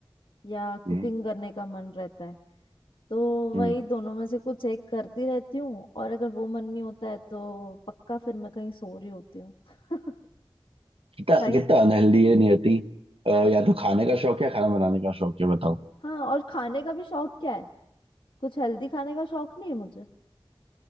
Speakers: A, on the left; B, on the right.
A: या कुकिंग
B: हम्म
A: करने का मन रहता है तो
B: हम्म
A: वही दोनों में से कुछ एक करती रहती हूँ और अगर वो मन नहीं होता है तो पक्का फिर मैं कहीं सो रही होती हूँ <laughs>
B: कितना
A: कहीं
B: कितना अनहेल्दी है नियति अ, या तो खाने का शौक है या खाना बनाने का शौक है बताओ
A: हाँ और खाने का भी शौक क्या है कुछ हेल्दी खाने का शौक नहीं है मुझे